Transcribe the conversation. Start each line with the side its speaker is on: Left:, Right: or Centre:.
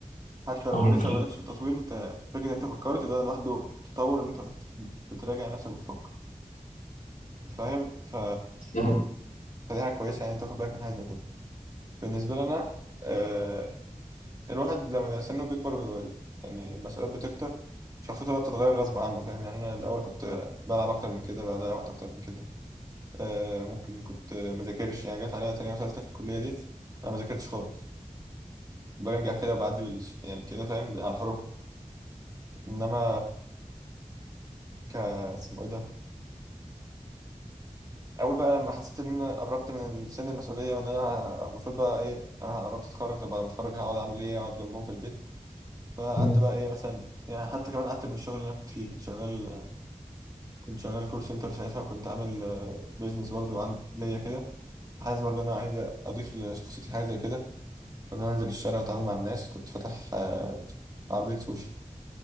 Right: حتى لو
Left: اه
Right: لسه
Left: في-
Right: ما بداتش في التطوير انت فكره ان انت فكرت ده لوحده تطور ان انت بت... بتراجع نفسك وبتفكر فاهم ف
Left: ده
Right: فدي حاجه كويسه يعني انت تاخد بالك من حاجه زي كده بالنسبه لي انا آه... الواحد لما بيبقى سنه بيكبر و... يعني المسؤوليات بتكتر شخصيته بقى بتتغير غصب عنه فاهم يعني انا الاول كنت بلعب اكتر من كده بضيع وقت اكتر من كده آه... ممكن كنت ما ذاكرش يعني جت عليا تانية وتالتة في الكليه دي انا ما ذاكرتش خالص بنجح كده بعدي بال... يعني كده فاهم على الحروف انما ك اسمه ايه ده اول بقى لما حسيت ان انا قربت من سن المسؤوليه وان انا المفروض بقى ايه انا قربت اتخرج طب بعد ما اتخرج هقعد اعمل ايه اقعد جنبهم في البيت فقعدت
Left: مم.
Right: بقى ايه مثلا يعني حتى كمان قعدت من الشغل اللي انا كنت فيه كنت شغال كنت شغال كول سنتر ساعتها وكنت عامل بيزنس برضه عن ليا كده حاسس برضه ان انا عايز اضيف لشخصيتي حاجه زي كده ان انا انزل الشارع واتعامل مع الناس كنت فاتح آه، عربيه سوشي